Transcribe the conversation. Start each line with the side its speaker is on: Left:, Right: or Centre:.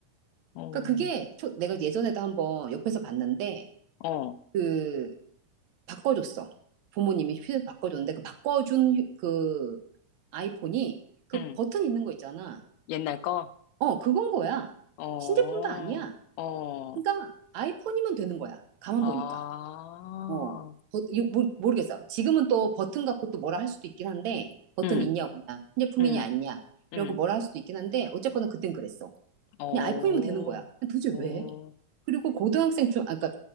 Left: 어,
Right: 그러니까 그게 초- 내가 예전에도 한번 옆에서 봤는데
Left: 어,
Right: 그 바꿔줬어. 부모님이 휴대폰 바꿔줬는데 그 바꿔준 휴- 그 아이폰이 그
Left: 응,
Right: 버튼 있는 거 있잖아.
Left: 옛날 거?
Right: 어, 그건 거야.
Left: 어,
Right: 신제품도 아니야.
Left: 어,
Right: 그러니까 아이폰이면 되는 거야. 가만
Left: 아,
Right: 보니까. 어. 버- 이거 모르- 모르겠어. 지금은 또 버튼 갖고 또 뭐라 할 수도 있긴 한데 버튼
Left: 응,
Right: 있냐 없냐, 신제품이냐
Left: 응,
Right: 아니냐 이러고
Left: 응,
Right: 뭐라 할 수도 있긴 한데 어쨌거나 그땐 그랬어.
Left: 어,
Right: 그냥 아이폰이면 되는 거야. 근데 도대체
Left: 어,
Right: 왜? 그리고 고등학생 중 아까